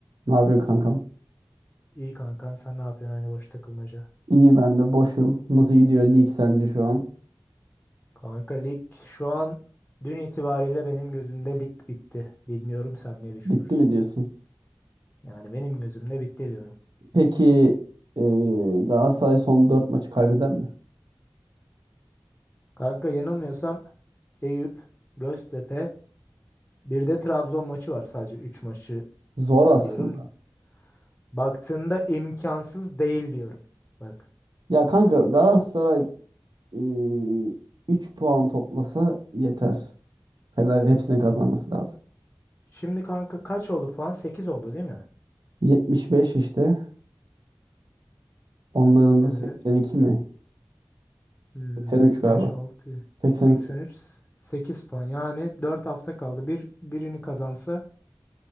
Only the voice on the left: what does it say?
İyi kankan sen ne yapıyorsun aynı boş takılmaca?
Kanka lig şu an dün itibariyle benim gözümde lig bitti. Bilmiyorum sen ne düşünürsün.
Yani benim gözümde bitti diyorum.
Kanka yanılmıyorsam Eyüp, Göztepe bir de Trabzon maçı var sadece 3 maçı
biliyorum. Baktığında imkansız değil diyorum. Bak.
Şimdi kanka kaç oldu puan? 8 oldu değil mi?
Evet.
Hmm,
beş altı
6, üç sekiz puan. Yani 4 hafta kaldı. Bir, birini kazansa,